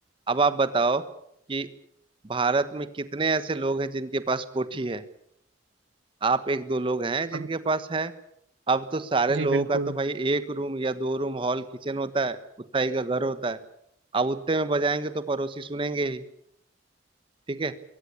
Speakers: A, on the right (about 30°); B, on the right (about 90°).
A: अब आप बताओ कि भारत में कितने ऐसे लोग हैं जिनके पास कोठी है आप एक दो लोग हैं जिनके
B: अब
A: पास है अब तो सारे लोगों
B: जी बिल्कुल
A: का तो भाई एक रूम या दो रूम हॉल किचन होता है उतना ही का घर होता है अब उतने में बजाएंगे तो पड़ोसी सुनेंगे ही ठीक है